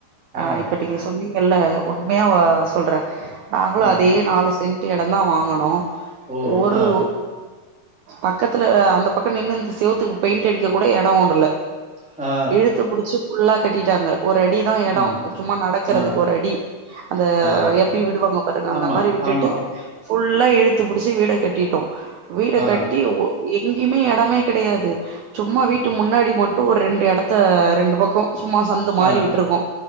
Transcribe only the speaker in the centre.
ஆ,
ஆ,
ஓ!
ஆ,
ஆ,
ம்,
ஆ,
ஆ.
ஆமா,
ஆமா.
ஆ.
ஆ.